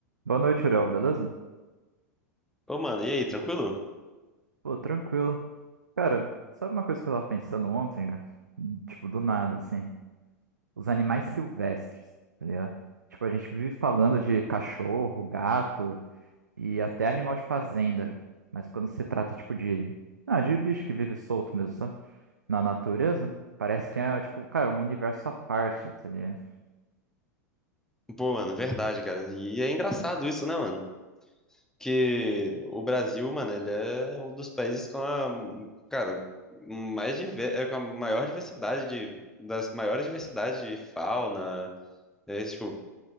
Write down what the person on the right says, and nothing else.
Boa noite, Uriel, beleza?
Pô, tranquilo. Cara, sabe uma coisa que eu tava pensando ontem, cara? Hum, Tipo, do nada, assim. Os animais silvestres, tá ligado? Tipo, a gente vive falando de cachorro, gato e até animal de fazenda. Mas quando se trata, tipo, de... Ah, de bicho que vive solto mesmo, sabe? Na natureza, parece que é, tipo, cara, um universo à parte, tá ligado?